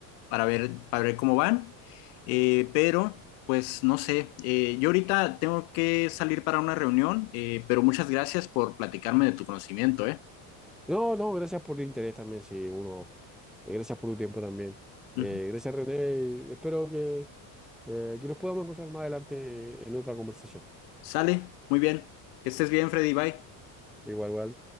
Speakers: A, on the left; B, in the centre.
A: para ver, para ver cómo van. Eh, pero, pues no sé, eh, yo ahorita tengo que salir para una reunión, eh, pero muchas gracias por platicarme de tu conocimiento, ¿eh?
B: No, no, gracias por el interés también, sí, uno. eh, gracias por tu tiempo también. Eh,
A: Ujú.
B: gracias, René. y Espero que, eh, que nos podamos encontrar más adelante en otra conversación.
A: Sale, muy bien. Que estés bien, Freddy, bye.
B: Igual, igual.